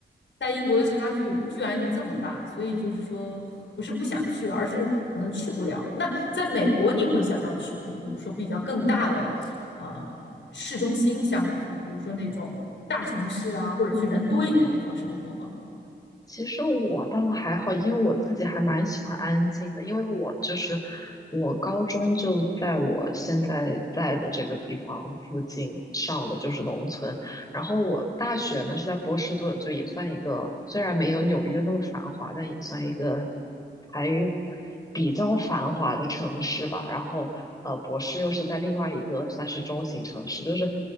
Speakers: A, on the left; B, on the left.
A: 在英国的差距有居然就这么大，所以就是说不是不想去，而是可能去不了。那在美国你会想要去，比如说比较更大的，呃。市中心像就比如说那种大城市啊，或者去人多一点的地方生活吗？
B: 其实我倒还好，因为我自己还蛮喜欢安静的，因为我就是我高中就在我现在在的这个地方附近上的，就是农村。然后我大学呢是在波士顿，就也算一个，虽然没有纽约那么繁华，但也算一个还比较繁华的城市吧。然后呃，博士又是在另外一个算是中型城市，就是。